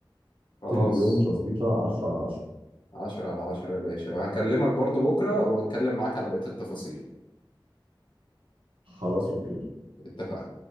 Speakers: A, on the left; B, on the right.
A: خلاص
B: لي اليوم تظبيطة 10 على 10
A: عشرة على عشرة يا باشا وهكلمك برضو بكرة وأتكلم معاك على بقية التفاصيل
B: خلاص أوكي
A: اتفقنا